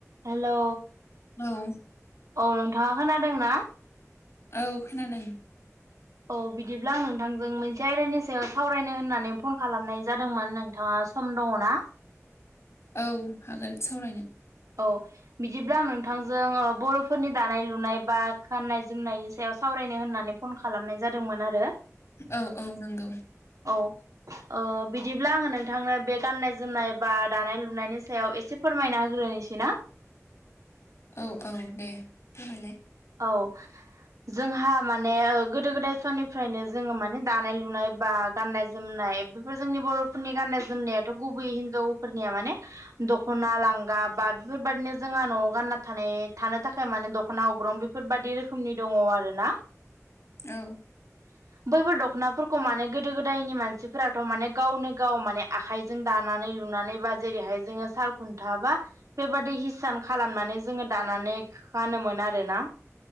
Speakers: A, on the right (about 80°); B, on the left (about 55°).
A: हेल'।
B: औ।
A: औ नोंथाङा खोनादों ना?
B: औ खोनादों।
A: औ बिदिब्ला आं नोंथांजों मोनसे आयदानि सायाव सावरायनो होननानै फन खालामनाय जादोंमोन नोंथाङा खम दङ ना?
B: औ हागोन सावरायनो।
A: औ बिदिब्ला आं नोंथांजों बर'फोरनि दानाय -लुनाय बा गाननाय -जोमनायनि सायाव सावरायनो होननानै फन खालामनाय जादोंमोन आरो।
B: औ औ नंगौ।
A: औ। ओ बिदिब्ला आङो नोंथांनो बे गाननाय -जोमनाय बा दानाय -लुनायनि सायाव एसे फोरमायना होग्रोनोसै। <unintelligible>
B: औ औ दे फोरमायलाय
A: औ। जोंहा माने गोदो- गोदाय समनिफ्रायनो जोङो माने दानाय लुनाय बा गाननाय -जोमनाय बेफोर जोंनि बर'फोरनि गाननाय- जोमनायाथ' गुबैयै हिनजावफोरनिया माने दख'ना लांगा बा बेफोरबायदिनो जोंहा न'आव गानना थानाय थानो थाखाय माने दख'ना अग्रं बेफोरबायदि रोखोमनि दङ आरो ना।
B: औ।
A: <unintelligible> बैफोर दख'नाफोरखौ माने गोदो -गोदायनि मानसिफोराथ' माने गावनो -गाव माने आखाइजों जों दानानै लुनानै बा जेरैहाय जोङो साल खुन्था बा बेबादि हिसान खालामनानै जोङो दानानै गानोमोन आरोना।